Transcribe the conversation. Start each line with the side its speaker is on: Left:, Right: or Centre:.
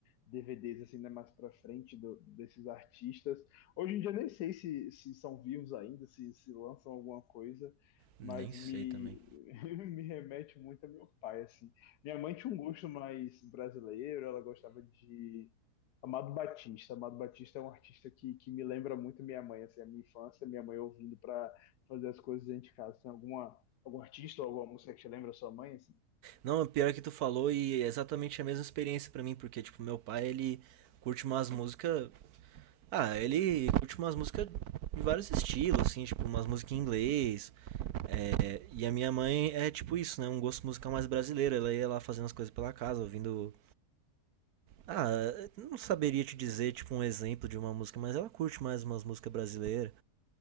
Left: DVDs assim, né? Mais pra frente do- desses artistas. Hoje em dia nem sei se, se são vivos ainda, se, se lançam alguma coisa.
Right: nem
Left: Mas
Right: sei
Left: me,
Right: também.
Left: <laughs> me remete muito a meu pai, assim. Minha mãe tinha um gosto mais brasileiro, ela gostava de Amado Batista. Amado Batista é um artista que, que me lembra muito minha mãe, assim, a minha infância, minha mãe ouvindo para fazer as coisas dentro de casa. Tem alguma, algum artista ou alguma música que te lembra a sua mãe, assim?
Right: Não, o pior é que tu falou e é exatamente a mesma experiência pra mim, porque tipo, meu pai, ele curte umas músicas. Ah, ele curte umas músicas de vários estilos, assim, tipo, umas músicas em inglês. É, e a minha mãe é tipo isso, né? Um gosto musical mais brasileiro. Ela ia lá fazendo as coisas pela casa, ouvindo Ah, não saberia te dizer, tipo, um exemplo de uma música, mas ela curte mais umas músicas brasileiras.